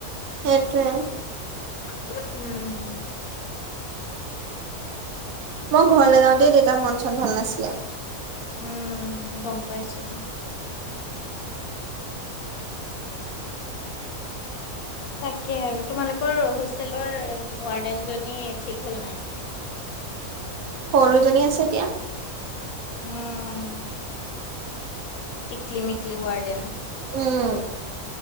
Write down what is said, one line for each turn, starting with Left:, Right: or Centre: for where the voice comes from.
Right: সেইটোৱে।
Left: উম।
Right: মই ঘৰলৈ যাওঁতেই দেউতাৰ মন-চন ভাল নাছিলে।
Left: উম, গম পাইছোঁ। তাকে আৰু তোমালোকৰ হোষ্টেলৰ ৱাৰ্ডেনজনী ঠিক হ'ল নাই?
Right: সৰুজনী আছে এতিয়া।
Left: উম, টিক্লী-মিক্লী ৱাৰ্ডেন।
Right: উম।